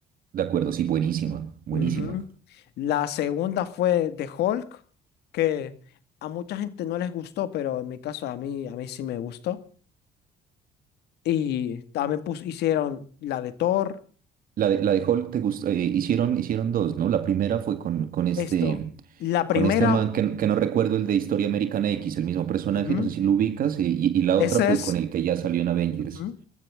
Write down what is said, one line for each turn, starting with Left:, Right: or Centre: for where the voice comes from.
Right: de acuerdo, sí, buenísima, buenísima.
Left: Ujú. La segunda fue The Hulk, que a mucha gente no les gustó, pero en mi caso a mí, a mí sí me gustó. Y también pus- hicieron la de Thor.
Right: La de, la de Hulk te gusta, eh, hicieron, hicieron dos, ¿no? La primera fue con, con este,
Left: Esto, la primera,
Right: con este man que, que no recuerdo el de Historia Americana X, el mismo personaje,
Left: ujú,
Right: no sé si lo ubicas, y, y- y la
Left: esa
Right: otra fue
Left: es...
Right: con el que ya salió en Avengers.
Left: ujú.